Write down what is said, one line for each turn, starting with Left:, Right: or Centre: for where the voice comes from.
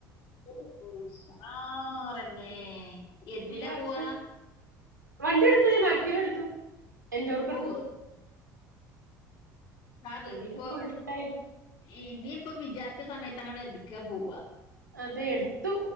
Left: ഓ ആാറന്നെ
Right: അതുകൊണ്ട്
Left: എന്തിലാ
Right: ഈ വർഷം
Left: പോവാ
Right: വണ്ടി എടുത്തു ഞാൻ ആക്ടിീവ എടുത്തു എൻറോർക്ക എടുത്തു
Left: ഓ അത്
Right: പിന്നെ
Left: ഇപ്പൊ
Right: ഇപ്പോ ഫുൾ ടൈം
Left: ഇനി ഇപ്പൊ വിചാരിച്ച സമയത്ത് അങ്ങ ർിക്കുക പോവവാ
Right: അതെ എടുത്തു